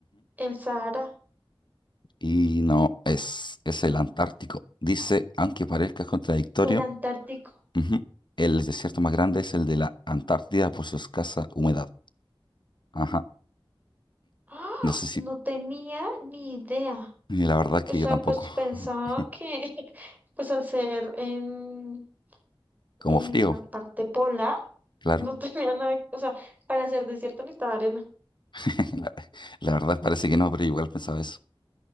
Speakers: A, on the right; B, on the left.
A: El Sahara,
B: Y no, es, es el Antártico. Dice, aunque parezca contradictorio,
A: el Antártico.
B: ujú, el desierto más grande es el de la Antártida por su escasa humedad. Ajá.
A: ¡Ah!
B: No sé si,
A: No tenía ni idea.
B: y la verdad es que
A: O sea,
B: yo tampoco.
A: pues pensaba
B: <laughs>
A: que, <laughs> pues al ser en,
B: Como
A: en
B: frío,
A: la parte polar,
B: claro.
A: No <laughs> tenía nada, o sea, para hacer desierto necesitaba arena.
B: <laughs> La, la verdad parece que no, pero igual pensaba eso.